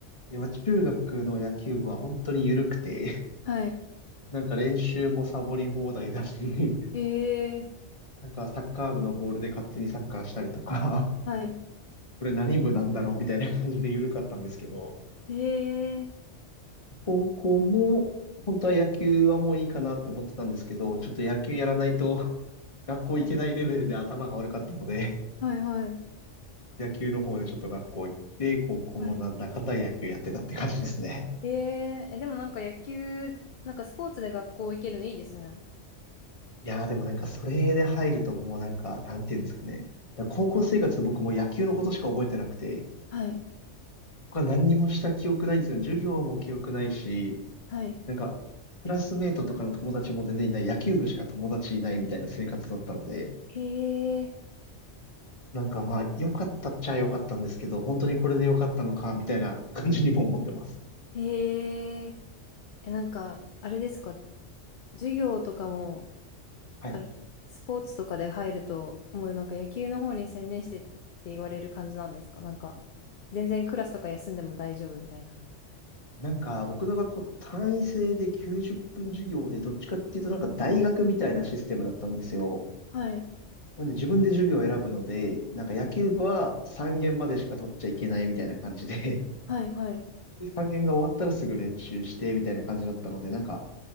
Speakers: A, on the left (about 30°); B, on the left (about 50°).
A: で、まあ、中学の野球部は本当に緩くて、
B: はい。
A: なんか練習もサボり放題だし、
B: ええ
A: なんかサッカー部のボールで勝手にサッカーしたりとか、
B: ー、はい。
A: <laughs> これ何部なんだろうみたいな感じで緩かったんですけど、
B: ええー、
A: 高校も本当は野球はもういいかなって思ってたんですけど、ちょっと野球やらないと <laughs> 学校行けないレベルで頭が悪かったので、
B: はい。
A: <laughs>
B: はい。はい。
A: 野球の方でちょっと学校行って、高校もなんだかんだ野球やってたって感じですね。
B: はい。ええー、え、でもなんか野球、なんかスポーツで学校行けるのいいですね。
A: いやーでもなんかそれで入るともうなんか、なんていうんですかね。だから高校生活僕もう野球のことしか覚えてなくて、
B: はい。
A: 他何にもした記憶ないんですよ。授業も記憶ないし、
B: はい。
A: なんか、クラスメイトとかの友達も全然いない、野球部しか友達いないみたいな生活だったので、
B: ええ
A: なんかまあ、良かったっちゃ良かったんですけど、本当にこれで良かったのか、みたいな感じにも思ってます。
B: ー、ええー、え、なんか、あれですか授業とかも
A: はい。
B: あれ、スポーツとかで入ると、もうなんか野球の方に専念してって言われる感じなんですかなんか、全然クラスとか休んでも大丈夫みたいな。
A: なんか、僕の学校単位制で90分授業で、どっちかっていうとなんか大学みたいなシステムだったんですよ。
B: はい。
A: なんで自分で授業を選ぶので、なんか野球部は3限までしか取っちゃいけないみたいな感じで、
B: はい、はい。
A: で、3限が終わったらすぐ練習してみたいな感じだったので、なんか